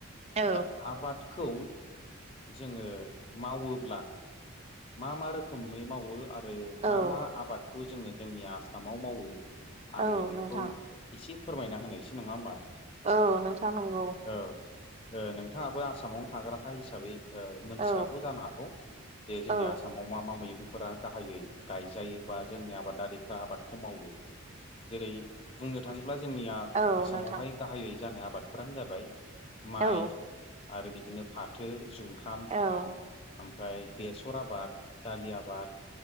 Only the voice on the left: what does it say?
दा आबादखौ जोङो मावोब्ला मा मा रोखोमै मावो आ ओ
मा मा आबादखौ जोङो जोंनि आसामाव मावो
आङो बेखौ
एसे फोरमायना होनोसै नङा होमबा।
औ ओ नोंथाङाबो आसामावनो थाग्राखा हिसाबै ओ मोनथिखागौ
जानो हागौ जे जोंनि
आसामाव मा मा मैगं फोरा गाहायै गायजायो बा जोंनि आबादारिफ्रा आबाद खौ मावो जेरै बुंनो थाङोब्ला जोंनिया
आसामावहाय
गाहायै जानाय आ बादफ्रानो जाबाय माइ
आरो बिदिनो फाथो, जुंखाम,
ओमफ्राय बेसर आबाद, दालि आबाद,